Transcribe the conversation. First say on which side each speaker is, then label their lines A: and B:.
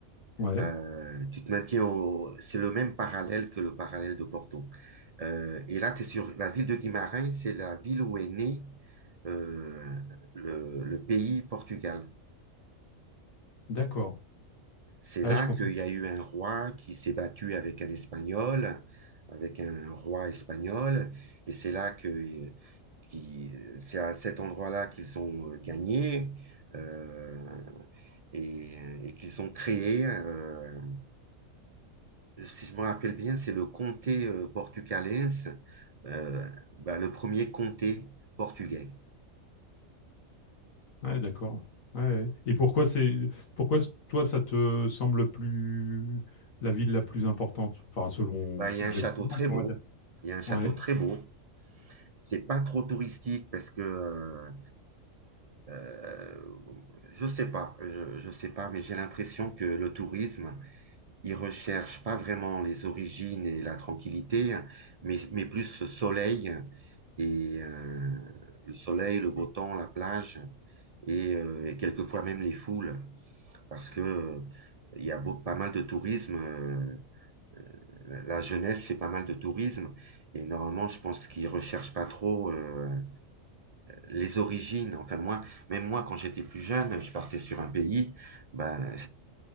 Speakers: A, on the left; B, on the right.
A: Ouais,
B: Euh, tu te maintiens au, c'est le même parallèle que le parallèle de Porto. Euh, et là, tu es sur la ville de Guimarães, c'est la ville où est né euh, le, le pays Portugal.
A: d'accord.
B: C'est
A: Ah,
B: là
A: je pensais.
B: qu'il
A: que-
B: y a eu un roi qui s'est battu avec un Espagnol, avec un roi espagnol, et c'est là que euh, qui, c'est à cet endroit-là qu'ils ont euh, gagné euh, et, et qu'ils ont créé, euh, si je me rappelle bien, c'est le comté euh, portucalais, euh, bah, le premier comté portugais.
A: Ouais, d'accord. Ouais. Et pourquoi c'est pourquoi c- toi ça te semble plus la ville la plus importante, enfin selon
B: Bah,
A: subjectivement,
B: il y a un château très
A: quoi,
B: beau.
A: on va dire.
B: Il y a un château
A: Ouais.
B: très beau. C'est pas trop touristique parce que euh, euh, je sais pas, je, je sais pas, mais j'ai l'impression que le tourisme il recherche pas vraiment les origines et la tranquillité, mais, mais plus le soleil et euh, le soleil, le beau temps, la plage et, euh, et quelquefois même les foules, parce que euh, il y a beau- pas mal de tourisme. euh, euh, la jeunesse fait pas mal de tourisme et normalement, je pense qu'ils recherchent pas trop euh, les origines. Enfin moi, même moi, quand j'étais plus jeune, je partais sur un pays, ben